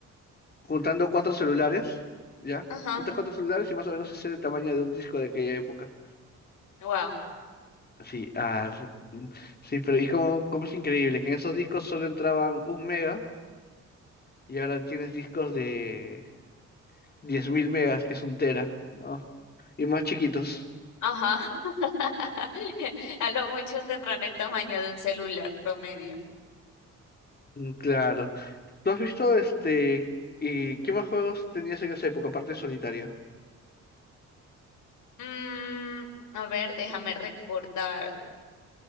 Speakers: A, on the left; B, on the left.
A: juntando cuatro celulares, ¿ya?
B: Ajá.
A: Juntas cuatro celulares y más o menos ese es el tamaño de un disco de aquella época.
B: Wow.
A: Sí, ah, mm, sí, pero y como, como es increíble que en esos discos solo entraban un mega y ahora tienes discos de 10.000 megas, que es un tera, ¿no? Y más chiquitos.
B: Ajá. <laughs> A lo mucho tendrán el tamaño de un celular promedio.
A: Mm, Claro. ¿Tú has visto este? ¿Y qué más juegos tenías en esa época, aparte de solitario?
B: Mm, a ver, déjame recordar.